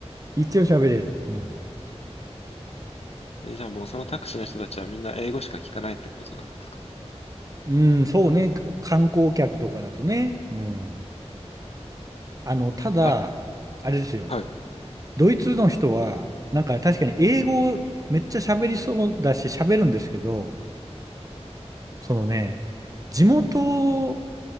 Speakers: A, on the right; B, on the left.
A: 一応喋れる。うん。
B: え、じゃあもうそのタクシーの人たちはみんな英語しか聞かないってことなんですかね。
A: うん、そうね。観光客とかだとね。うん。あの、ただ、
B: あ、
A: あれですよ。
B: はい、
A: ドイツの人は、なんか確かに英語めっちゃ喋りそうだし喋るんですけど、そのね、地元、